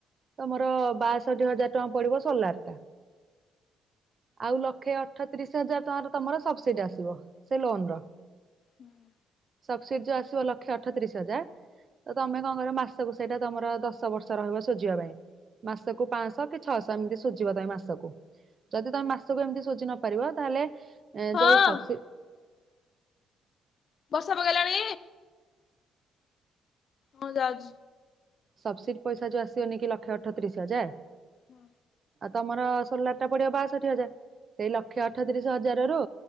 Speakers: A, on the right; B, on the left.
A: ତମର ବାଷଠି ହଜାର ଟଙ୍କା ପଡିବ। ସୋଲାର ଟା। ଆଉ ଲକ୍ଷେ ଅଠତିରିଶ ହଜାର ଟଆଁର ତମର ସବସିଡି ଆସିବ, ସେ ଲୋନ ର।
B: ହୁଁ।
A: ସବ୍ସିଡ ଯ ଆସିବ, ଲକ୍ଷେ ଅଠତିରିଶ ହଜାର ତ ତମେ କଣ କର, ମାସକୁ ସେଇଟା ତମର ଦଶ ବର୍ଷ ରହିବ ଶୁଝିବା ପାଇଁ। ମାସକୁୁ ପାଁ ଶହ କି ଛଅଶହ। ସେମତି ଶୁଝିବ ତମେ ମାସକୁ। ଯଦି ତମେ ମାସକୁ ଏମିତି ସୁଝି ନ ପାରିବ ତାହେଲେ, ଏ
B: ହଁ
A: ଯଉଁ ସବସି
B: ବର୍ଷା ପକେଇଲାଣି? ହଁ, ଯାଉଛି।
A: ସବ୍ସିଡି ପଇସା ଯୋଉ ଆସିବନି କି ଲକ୍ଷେ ଅଠତିରିଶ ହଜାର!
B: ହଁ।
A: ଆଉ, ତମର ସୋଲାର ଟା ପଡିବ ବାଷଠି ହଜାର। ସେଇ ଲକ୍ଷ ଅଠତିରିଶ ହଜାର ରୁ